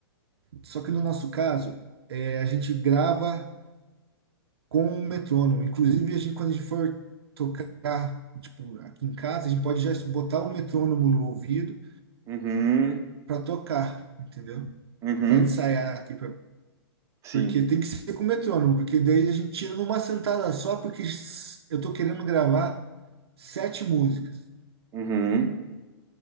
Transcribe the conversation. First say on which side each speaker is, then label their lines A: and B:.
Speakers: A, on the right; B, on the right.
A: só que no nosso caso, é, a gente grava com um metrônomo. Inclusive, a gente, quando a gente for tocar, tipo, aqui em casa, a gente pode já botar o metrônomo no ouvido
B: Uhum,
A: para tocar, entendeu?
B: uhum.
A: Para ensaiar aqui,
B: Sim.
A: Porque tem que ser com metrônomo, porque daí a gente tira numa sentada só, porque s- eu tô querendo gravar sete músicas,
B: Uhum.